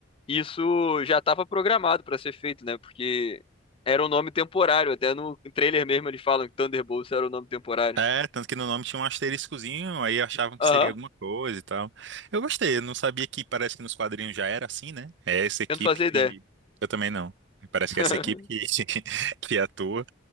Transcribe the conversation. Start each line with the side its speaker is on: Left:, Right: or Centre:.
Left: isso já estava programado para ser feito, né? Porque era um nome temporário, até no trailer mesmo eles falam que Thunderbolts era o nome temporário.
Right: É, tanto que no nome tinha um asteriscozinho, aí achavam que
Left: Aham,
Right: seria alguma coisa e tal. Eu gostei, eu não sabia que parece que nos quadrinhos já era assim, né? É essa equipe
Left: eu não fazia
Right: que.
Left: ideia.
Right: Eu também não. Parece
Left: <laughs>
Right: que é essa equipe que, <laughs> que atua.